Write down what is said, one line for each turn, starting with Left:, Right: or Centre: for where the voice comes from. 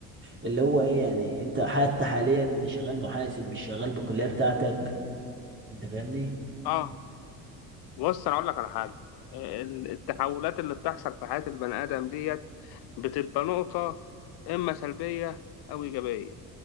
Right: اللي هو ايه يعني انت حتى حاليا انت شغال محاسب مش شغال بالكليه بتاعتك انت فاهمني
Left: آه بص انا اقول لك على حاجه ال- التحولات اللي بتحصل في حياه البني ادم ديت بتبقى نقطه اما سلبيه او ايجابيه